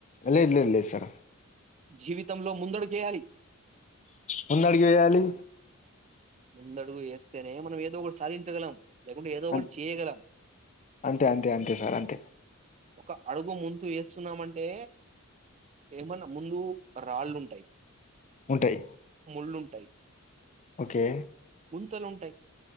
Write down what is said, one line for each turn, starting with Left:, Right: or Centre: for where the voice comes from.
Left: లెద్ లెద్ లెద్ సరు
Right: జీవితంలో ముందడుగు వేయాలి
Left: ముందడుగు వేయాలి
Right: ముందడుగు వేస్తేనే మనం ఏదో ఒకటి సాధించగలం లేకుంటే ఏదో ఒకటి
Left: అన్
Right: చేయగలం
Left: అంతే అంతే అంతే సార్ అంతే
Right: ఒక అడుగు ముందు ఏస్తున్నామంటే ఏమన్నా ముందు రాళ్ళుంటాయి
Left: ఉంటాయి
Right: ముళ్ళుంటాయి
Left: ఓకే
Right: గుంతలుంటాయ్